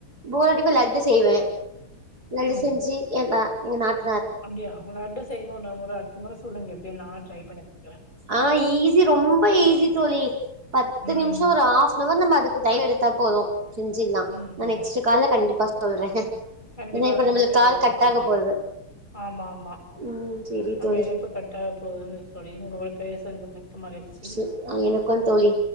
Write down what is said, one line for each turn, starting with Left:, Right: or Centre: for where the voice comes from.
Right: போரடிக்கு லட்டு செய்வே லட்டு
Left: ம்
Right: செஞ்சு எல்லா இங்க நாட்
Left: அப்டியா லட்டு செய் <unintelligible> அந்த முற சொல்லுங்க எப்டினு நானு ட்ரை பண்ணி பா
Right: அ ஈ ஸி ரொம்ப ஈஸி தோழி பத்து
Left: ம்
Right: நிமிஷோ ஒரு ஆஃப்னவர் நம்ம க்கு டைம் எடுத்தா போது செஞ்சில்லா
Left: ம்
Right: நா
Left: ம்
Right: நெக்ஸ்ட்டு கால்ல கண்டிப்பா சொல்றே
Left: கண்டிப்பாக
Right: ஏன்னா இப்ப
Left: நெக்ஸ்ட்டு
Right: நம்மளுக்கு
Left: கால்ல
Right: கால் கட்
Left: சொல்லுங்க
Right: ஆக போறது
Left: ஆமா ஆமா
Right: ம் செரி
Left: நம்ம
Right: தோழி
Left: இணைப்பு கட் போது தோழி உங்க கூட பேசன்துமே மகிழ்ச்சி
Right: செ எனக்கும் தோழி